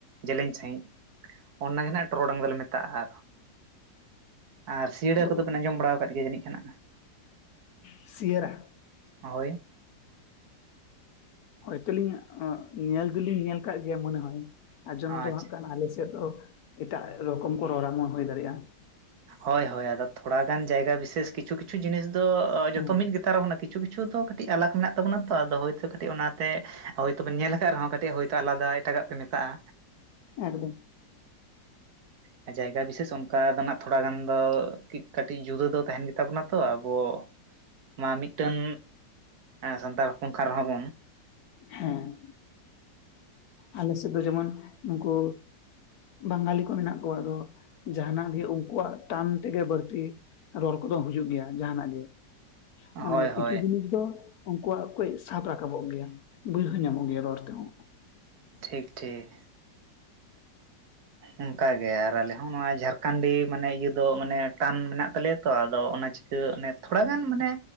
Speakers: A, on the right; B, on the left.
A: ᱡᱮᱞᱮᱧ ᱥᱟᱹᱦᱤᱡ ᱚᱱᱟ ᱜᱮ ᱱᱟᱜ ᱴᱚᱨᱚᱰᱟᱝ ᱫᱚᱞᱮ ᱢᱮᱛᱟᱜᱼᱟ, ᱟᱨ ᱥᱤᱭᱟᱹᱲᱟ
B: ᱟᱫᱚ
A: ᱠᱚᱫᱚ ᱵᱮᱱ ᱟᱸᱡᱚᱢ ᱵᱟᱲᱟ ᱠᱟᱫ ᱜᱮᱭᱟ ᱡᱟᱹᱱᱤᱡ ᱠᱷᱟᱱ
B: ᱥᱤᱭᱟᱹᱨᱟ?
A: ᱦᱳᱭ
B: ᱦᱳᱭᱛᱚᱞᱤᱧ ᱧᱮᱞ ᱫᱚᱞᱤᱧ ᱧᱮᱞ ᱠᱟᱜ ᱜᱮᱭᱟ ᱢᱚᱱᱮ ᱦᱚᱭ ᱟᱸᱡᱚᱢ
A: ᱟᱪᱪᱷᱟ
B: ᱫᱚ ᱦᱟᱸᱜ ᱠᱟᱱᱟ ᱟᱞᱮ ᱥᱮᱫ ᱫᱚ ᱮᱴᱟᱜ ᱨᱚᱠᱚᱢ ᱠᱚ ᱨᱚᱲᱟ ᱦᱩᱭ ᱫᱟᱲᱮᱜᱼᱟ
A: ᱦᱳᱭ ᱦᱳᱭ ᱟᱫᱚ ᱛᱷᱚᱲᱟ ᱜᱟᱱ ᱡᱟᱭᱜᱟ ᱵᱤᱥᱮᱥ ᱠᱤᱪᱷᱩ ᱠᱤᱪᱷᱩ ᱡᱤᱱᱤᱥ ᱫᱚ
B: ᱦᱮᱸ
A: ᱡᱚᱛᱚ ᱢᱤᱫ ᱜᱮᱛᱟ ᱨᱮ ᱠᱤᱪᱷᱩ ᱠᱤᱪᱷᱩ ᱫᱚ ᱠᱟᱹᱴᱤᱡ ᱟᱞᱟᱜᱽ ᱢᱮᱱᱟᱜ ᱛᱟᱵᱚᱱᱟ ᱛᱚ ᱟᱫᱚ ᱦᱚᱭᱛᱳ ᱠᱟᱹᱴᱤᱡ ᱚᱱᱟᱛᱮ ᱦᱳᱭᱛᱚᱵᱮᱱ ᱧᱮᱞ ᱠᱟᱜ ᱨᱮᱦᱚᱸ ᱠᱟᱹᱴᱤᱡ ᱦᱳᱭᱛᱳ ᱟᱞᱟᱫᱟ ᱮᱴᱟᱜᱟᱜ ᱯᱮ ᱢᱮᱛᱟᱜᱼᱟ
B: ᱮᱠᱫᱚᱢ
A: ᱦᱚᱸ ᱡᱟᱭᱜᱟ ᱵᱤᱥᱮᱥ ᱚᱱᱠᱟ ᱛᱷᱚᱲᱟ ᱜᱟᱱ ᱫᱚ ᱠᱟᱹᱴᱤᱡ ᱡᱩᱫᱟᱹ ᱫᱚ ᱛᱟᱦᱮᱱ ᱜᱮᱛᱟ ᱵᱚᱱᱟ ᱛᱚ ᱟᱵᱚ ᱢᱟ ᱢᱤᱫᱴᱮᱱ ᱥᱟᱱᱛᱟᱲ ᱦᱚᱯᱚᱱ ᱠᱟᱱ ᱨᱮᱦᱚᱸ ᱵᱚᱱ
B: ᱦᱮᱸ ᱟᱞᱮ ᱥᱮᱫ ᱫᱚ ᱡᱮᱢᱚᱱ ᱱᱩᱠᱩ ᱵᱟᱝᱜᱟᱞᱤ ᱠᱚ ᱢᱮᱱᱟᱜ ᱠᱚᱣᱟ ᱟᱫᱚ ᱡᱟᱱᱟᱜ ᱜᱮ ᱩᱱᱠᱩᱣᱟᱜ ᱴᱟᱱ ᱛᱮᱜᱮ ᱵᱟᱹᱲᱛᱤ ᱨᱚᱲ ᱠᱚᱫᱚ ᱦᱩᱭᱩᱜ ᱜᱮᱭᱟ ᱡᱟᱦᱟᱱᱟᱜ ᱜᱮ ᱢᱟᱱᱮ
A: ᱦᱳᱭ
B: ᱠᱤᱪᱷᱩ
A: ᱦᱳᱭ
B: ᱡᱤᱱᱤᱥ ᱫᱚ ᱩᱱᱠᱩᱣᱟᱜ ᱠᱚᱡ ᱥᱟᱵ ᱨᱟᱠᱟᱵᱚᱜ ᱜᱮᱭᱟ <unintelligible> ᱧᱟᱢᱚᱜ ᱜᱮᱭᱟ ᱨᱚᱲ ᱛᱮᱦᱚᱸ
A: ᱴᱷᱤᱠ ᱴᱷᱤᱠ ᱚᱱᱠᱟᱜᱮ ᱟᱨ ᱟᱞᱮ ᱦᱚᱸ ᱱᱚᱣᱟ ᱡᱷᱟᱲᱠᱷᱚᱸᱱᱰᱤ ᱢᱟᱱᱮ ᱤᱭᱟᱹ ᱫᱚ ᱢᱟᱱᱮ ᱴᱟᱱ ᱢᱮᱱᱟᱜ ᱛᱟᱞᱮᱭᱟ ᱛᱚ ᱟᱫᱚ ᱚᱱᱟ ᱪᱮ ᱠᱟᱹ ᱚᱱᱮ ᱛᱷᱚᱲᱟ ᱜᱟᱱ ᱢᱟᱱᱮ